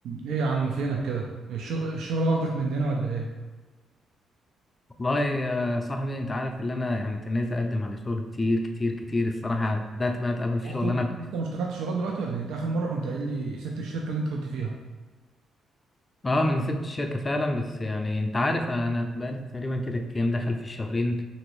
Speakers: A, on the right (about 80°); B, on the left (about 30°).
A: ايه يا عم فينك كده الشغل الشغل واخدك مننا ولا ايه
B: والله يا صاحبي انت عارف اللي انا يعني تنيت اقدم على شغل كتير كتير كتير الصراحه بدات بقى اتقابل في
A: يا اصلا
B: شغل انا كنت-
A: لسه ما اشتغلتش لغايه دلوقتي ولا إيه؟ انت اخر مره كنت قايل لي سبت الشركه اللي انت كنت فيها
B: اه ما انا سبت الشركه فعلا بس يعني انت عارف انا بقالي تقريبا كده كام دخل في الشهرين